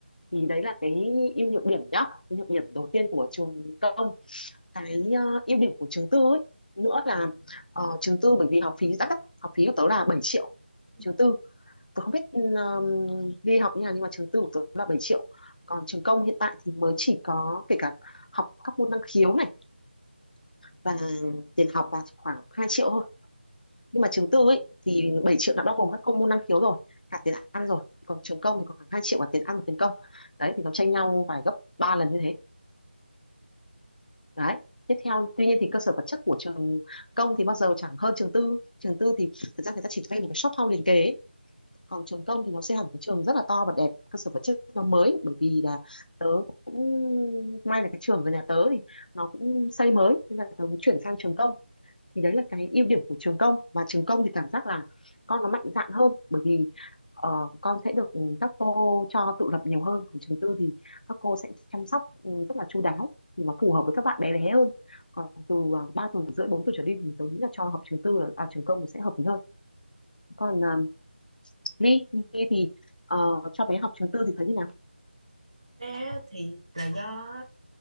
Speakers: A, on the left (about 50°); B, on the right (about 30°).
A: thì đấy là cái ưu nhược điểm nhá ưu nhược
B: ừ,
A: điểm đầu tiên của trường công cái ờ, ưu điểm của trường tư ấy nữa là ờ, trường tư bởi vì học phí rất đắt học phí của tớ là bảy triệu
B: ừ.
A: trường tư tớ không biết um, đi học như nào nhưng mà trường tư của tớ là bảy triệu còn trường công hiện tại thì mới chỉ có kể cả học các môn năng khiếu này và tiền học là chỉ khoảng 2 triệu thôi nhưng mà trường tư ấy thì 7 triệu đã bao gồm các công môn năng khiếu rồi cả tiền ăn rồi còn trường công thì còn khoảng 2 triệu cả tiền ăn và tiền công đấy thì nó tranh nhau vài gấp 3 lần như thế đấy tiếp theo tuy nhiên thì cơ sở vật chất của trường công thì bao giờ chẳng hơn trường tư trường tư thì thực ra người ta chỉ thuê một cái shop house liền kề ấy. còn trường công thì nó sẽ hẳn cái trường rất là to và đẹp cơ sở vật chất nó mới bởi vì là tớ cũng may là cái trường của nhà tớ thì nó cũng xây mới nên là tớ cũng chuyển sang trường công thì đấy là cái ưu điểm của trường công và trường công thì cảm giác là con nó mạnh dạn hơn bởi vì ờ, con sẽ được ừ, các cô cho tự lập nhiều hơn còn trường tư thì các cô sẽ chăm sóc ừ, rất là chu đáo thì nó phù hợp với các bạn bé bé hơn còn từ uh, 3 tuổi rưỡi 4 tuổi trở đi thì tôi nghĩ là cho học trường tư là à, trường công sẽ hợp lý hơn còn uh, Ly Ly thì ờ, cho bé học trường tư thì thấy như nào
B: Ra thì là do